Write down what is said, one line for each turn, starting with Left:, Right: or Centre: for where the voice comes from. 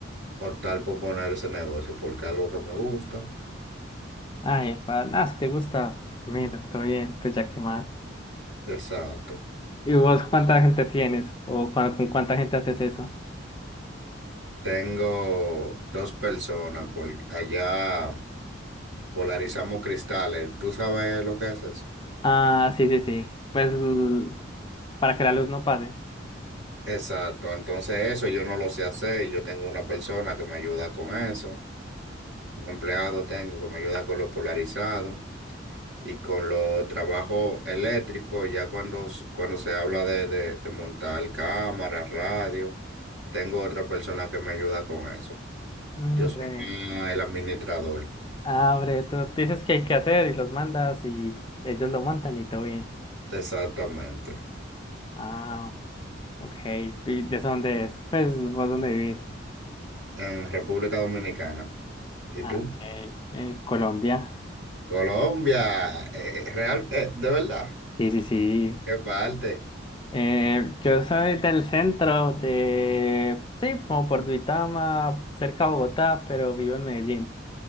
Right: optar por poner ese negocio, porque es algo que me gusta.
Left: Ay, pa- ah, si te gusta, mira, todo bien, pues ya que más.
Right: Exacto.
Left: ¿Y vos cuánta gente tienes? ¿O cua- con cuánta gente haces eso?
Right: Tengo dos personas por allá polarizamos cristales. ¿Tú sabes lo que es eso?
Left: Ah, sí, sí, sí. Pues l- para que la luz no pase.
Right: Exacto, entonces eso yo no lo sé hacer, yo tengo una persona que me ayuda con eso, un empleado tengo que me ayuda con lo polarizado y con los trabajos eléctricos, ya cuando, s- cuando se habla de, de, de montar cámaras, radio, tengo otra persona que me ayuda con eso.
Left: Mm,
Right: Yo soy
Left: breve.
Right: más el administrador,
Left: Ah, tú dices que hay que hacer y los mandas y ellos lo montan y todo bien.
Right: exactamente,
Left: Ah, ok. ¿Y ¿De dónde es? Pues, ¿vos dónde vivís?
Right: en República Dominicana. ¿Y
Left: Ah,
Right: tú?
Left: ok. Eh, Colombia.
Right: Colombia, eh, eh, real, eh, de verdad,
Left: Sí, sí, sí.
Right: qué parte.
Left: Eh, yo soy del centro de... Sí, como por Duitama, cerca de Bogotá, pero vivo en Medellín.